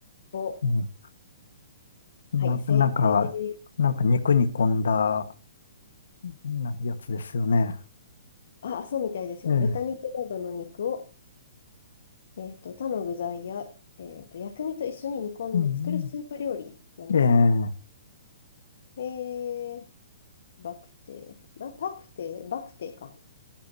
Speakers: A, on the left; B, on the left.
A: を、
B: うん。な、
A: はい、正解です。
B: なんか、なんか肉煮込んだ、なやつですよね。
A: あ、そうみたいですよ。
B: ええ。
A: 豚肉などの肉をえっと、他の具材や、えっと、薬味と一緒に煮込んで作るスープ料理なんですか
B: うん。ええ。
A: えー、バクテー、あ、パクテー、バクテーか。